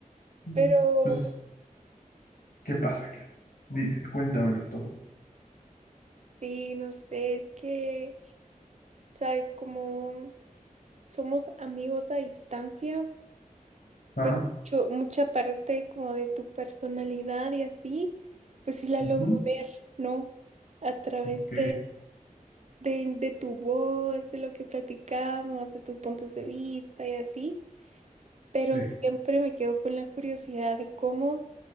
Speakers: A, on the left; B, on the right.
A: Mm.
B: pero
A: Pues, ¿qué pasa? ¿Qué? Dime, cuéntamelo todo.
B: sí, no sé, es que, ¿sabes? Como somos amigos a distancia,
A: Ah,
B: pues mucho- mucha parte como de tu personalidad y así, pues sí la
A: ujú,
B: logro ver, ¿no? A través
A: ok,
B: de, de, de tu voz, de lo que platicamos, de tus puntos de vista y así, pero
A: sí.
B: siempre me quedo con la curiosidad de cómo,